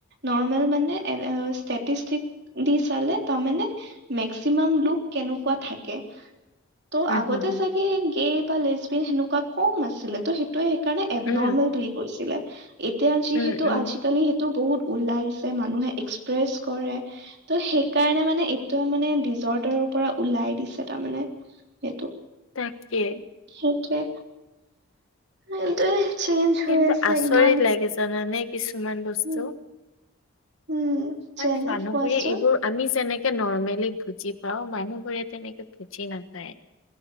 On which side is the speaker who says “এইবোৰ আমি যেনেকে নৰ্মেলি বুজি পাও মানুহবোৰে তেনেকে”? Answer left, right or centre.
Left